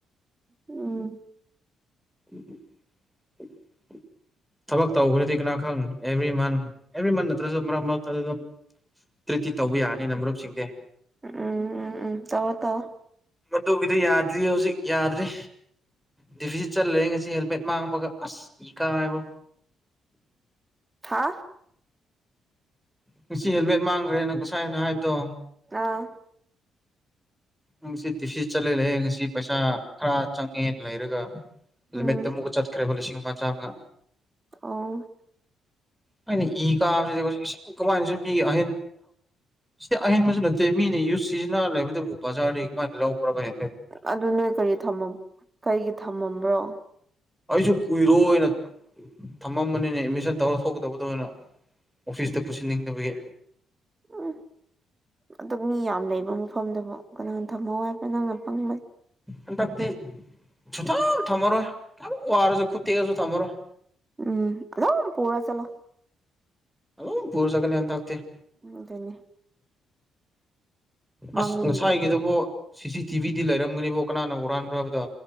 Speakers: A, on the right; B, in the centre.
A: ꯎꯝ
B: ꯎꯝꯝ ꯎꯝ <unintelligible> <inaudible> ꯊꯕꯛ ꯇꯧꯈ꯭ꯔꯗꯤ ꯀꯅꯥꯈꯪ ꯑꯦꯚ꯭ꯔꯤ ꯃꯟ ꯑꯦꯚ꯭ꯔꯤ ꯃꯟ ꯅꯠꯇ꯭ꯔꯁꯨ ꯃꯔꯛ ꯃꯔꯛꯇꯗ ꯑꯗꯨꯝ ꯇ꯭ꯔꯤꯠꯇꯤ ꯇꯧꯕ ꯌꯥꯅꯤꯅ ꯃꯔꯨꯞꯁꯤꯡꯁꯦ
A: ꯎꯝ ꯎꯝ ꯎꯝ ꯇꯧꯋꯣ ꯇꯧꯋꯣ
B: ꯃꯗꯨꯒꯤꯗꯤ ꯌꯥꯗ꯭ꯔꯤꯍꯦ ꯍꯧꯖꯤꯛ ꯌꯥꯗ꯭ꯔꯤ ꯗꯤꯚꯤ ꯆꯠꯂꯦ ꯉꯁꯤ ꯍꯦꯜꯃꯦꯠ ꯃꯥꯡꯕꯒ ꯑꯁ ꯏꯀꯥꯔꯦꯕꯣ
A: ꯍꯥ
B: ꯉꯁꯤ ꯍꯦꯜꯃꯦꯠ ꯃꯥꯡꯈ꯭ꯔꯦꯅ ꯉꯁꯥꯏ ꯍꯥꯏꯅ ꯍꯥꯏꯕꯗꯣ
A: ꯑꯥ
B: ꯉꯁꯤ ꯗꯤꯐꯤꯠ ꯆꯠꯂꯦ ꯂꯩꯌꯦ ꯉꯁꯤ ꯄꯩꯁꯥ ꯈꯔ ꯆꯪꯉꯦꯅ ꯂꯩꯔꯒ ꯂꯤꯃꯤꯠꯇ
A: ꯎꯝ
B: ꯑꯃꯨꯛ ꯆꯠꯈ꯭ꯔꯦꯕ ꯂꯤꯁꯤꯡ ꯑꯃ ꯆꯥꯝꯃꯉꯥ
A: ꯑꯣ
B: ꯑꯩꯅ ꯏ ꯀꯥꯕꯁꯤꯕꯁꯤ ꯀꯃꯥꯏꯅ ꯃꯤ ꯑꯍꯦꯟ ꯁꯤꯗꯤ ꯑꯍꯦꯟꯕꯁꯨ ꯅꯠꯇꯦ ꯃꯤꯅꯤ ꯌꯨꯁ ꯁꯤꯖꯤꯟꯅꯔ ꯂꯩꯕꯗꯨꯕꯨ ꯕꯖꯥꯔꯗꯩ ꯀꯃꯥꯏꯅ ꯂꯧꯕꯔ ꯚꯥꯏ
A: ꯑꯗꯨ ꯅꯣꯏ ꯀꯔꯤ ꯊꯃꯝ ꯀꯩꯒꯤ ꯊꯝꯃꯝꯕ꯭ꯔꯣ
B: ꯑꯩꯁꯨ ꯀꯨꯏꯔꯣꯅ ꯊꯝꯃꯝꯕꯅꯤꯅꯦ ꯑꯦꯠꯃꯤꯁꯟ ꯇꯧꯔ ꯊꯣꯛꯀꯗꯕꯗ ꯑꯣꯏꯅ ꯑꯣꯐꯤꯁꯇ ꯄꯨꯁꯤꯟꯅꯤꯡꯗꯕꯒꯤ
A: ꯎꯝ ꯑꯗꯨꯛ ꯃꯤ ꯌꯥꯝ ꯂꯩꯕ ꯃꯐꯝꯗꯨꯕꯨ ꯀꯅꯥꯅ ꯊꯝꯍꯧ ꯍꯥꯏꯕ ꯅꯪꯅ ꯄꯪꯕ
B: ꯍꯟꯗꯛꯇꯤ ꯁꯨꯊ ꯊꯝꯃꯔꯣꯏ ꯌꯥꯝꯈꯤ ꯋꯥꯔꯁꯨ ꯈꯨꯠꯇꯦꯛꯑꯁꯨ ꯊꯝꯃꯔꯣꯏ
A: ꯎꯝ ꯑꯗꯨꯞ ꯄꯨꯔ ꯆꯠꯂꯣ
B: ꯑꯗꯨꯝ ꯄꯨꯔꯥ ꯆꯠꯀꯅꯤ ꯍꯟꯗꯛꯇꯤ
A: ꯑꯗꯨ ꯑꯗꯨꯅꯦ ꯃꯥꯡꯅꯤꯡꯗ꯭ꯔꯗꯤ
B: ꯑꯁ ꯉꯁꯥꯏꯒꯤꯗꯕꯣ ꯁꯤ ꯁꯤ ꯇꯤ ꯚꯤꯗꯤ ꯂꯩꯔꯝꯒꯅꯦꯕꯣ ꯀꯅꯥꯅ ꯎꯔꯥꯟꯕ꯭ꯔ ꯍꯥꯏꯕꯗꯣ